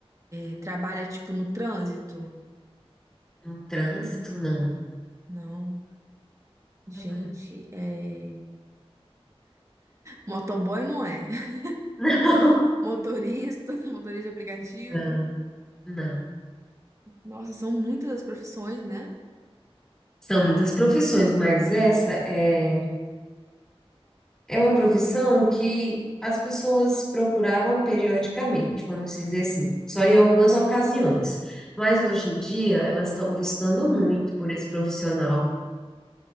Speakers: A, on the right; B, in the centre.
A: é, trabalha, tipo, no trânsito?
B: Um trânsito, não.
A: Não. Gente,
B: Trabalho.
A: é... motoboy não é. <laughs>
B: Não,
A: Motorista, <laughs> motorista de aplicativo.
B: <laughs> não, não.
A: Nossa, são muitas as profissões, né?
B: São muitas profissões, mas essa é, é uma profissão que as pessoas procuravam periodicamente, vamos dizer assim, só em algumas ocasiões. Mas hoje em dia elas estão buscando muito por esse profissional.